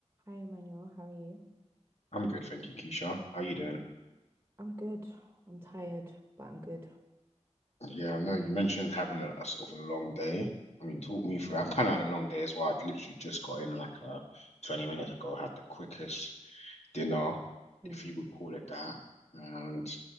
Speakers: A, on the right (about 20°); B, on the left (about 60°).
A: Hi, Emmanuel. How are you?
B: I'm good, thank you, Keisha. How you doing?
A: I'm good. I'm tired, but I'm good.
B: Yeah, I know you mentioned having a, a sort of a long day. I mean, talk me through. I've kind of had a long day as well. I'd literally just got in like uh, 20 minutes ago, had the quickest dinner,
A: Mm.
B: if you would call it that. And